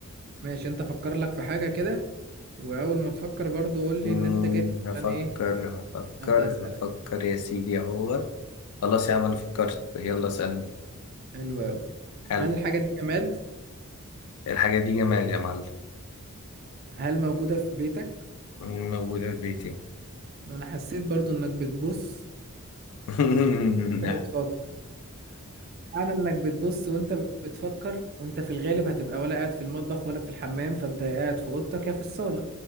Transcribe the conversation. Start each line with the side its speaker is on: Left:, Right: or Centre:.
Right: ماشي انت فكر لك في حاجة كده واول ما تفكر برضو قول لي
Left: مم،
Right: ان انت جاي
Left: هفكر
Right: عشان ايه
Left: هفكر
Right: ابدا اسالك
Left: هفكر يا سيدي اهوت خلاص يا عم انا فكرت يلا اسألني
Right: حلو قوي
Left: حلو
Right: هل الحاجة دي جماد
Left: الحاجة دي جمال يا معلم
Right: هل موجودة في بيتك
Left: مم، موجودة في بيتي
Right: ما انا حسيت برضو انك بتبص
Left: <laughs> نعم
Right: وانت بتفكر معنى انك بتبص وانت بتفكر وانت في الغالب هتبقى ولا قاعد في المطبخ ولا في الحمام فانت يا قاعد في اوضتك يا في الصالة